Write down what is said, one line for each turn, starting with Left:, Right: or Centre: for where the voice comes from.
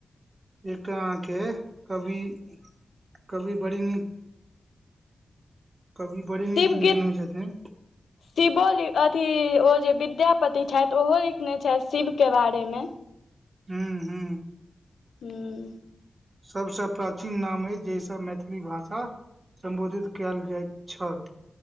Right: एक आहाँ के कवि कवि बड़ी नीक कवि बड़ी नीक
Left: शिव
Right: लिखने
Left: गीत
Right: छथिन
Left: शिवो अथी ओ जे विद्यापति छथि ओहो लिखने छथि शिवके बारेमे
Right: हू हू
Left: हूँ
Right: सभसँ प्राचीन नाम अइ जहिसँ मैथिली भाषा सम्बोधित कयल जाइत छल